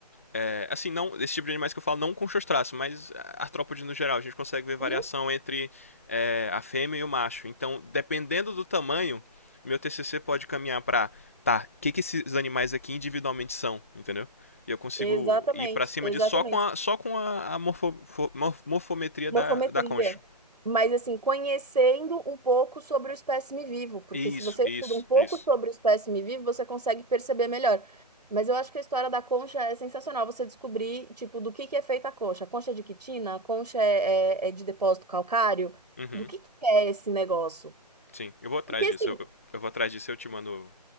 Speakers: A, on the left; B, on the right.
A: É, assim, não, esse tipo de animais que eu falo não com seus traços, mas artrópodes no geral, a gente consegue ver variação
B: Uhum.
A: entre é, a fêmea e o macho. Então, dependendo do tamanho, meu TCC pode caminhar para tá, o que, que esses animais aqui individualmente são, entendeu? E eu consigo
B: Exatamente,
A: ir para cima
B: exatamente.
A: disso só com a, só com a, a morfo, morf, morfometria
B: Morfometria.
A: da, da concha.
B: Mas, assim, conhecendo um pouco sobre o espécime vivo, porque
A: Isso,
B: se você
A: isso,
B: estuda um pouco
A: isso.
B: sobre o espécime vivo, você consegue perceber melhor. Mas eu acho que a história da concha é sensacional você descobrir, tipo, do que que é feita a concha. A concha é de quitina? A concha é, é- é de depósito calcário?
A: Uhum,
B: Do que que é esse negócio?
A: sim, eu vou atrás
B: Porque, assim,
A: disso. Eu, eu vou atrás disso e eu te mando